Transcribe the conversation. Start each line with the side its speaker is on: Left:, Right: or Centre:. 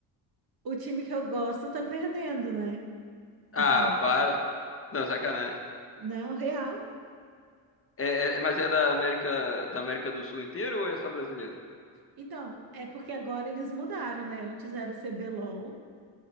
Right: O time que eu gosto tá perdendo, né?
Left: Ah,
Right: Assim,
Left: para. Não, sacanagem.
Right: não, real.
Left: É, é- é, mas é da América, da América do Sul inteira ou é só brasileiro?
Right: Então, é porque agora eles mudaram, né? Antes era o CBLOL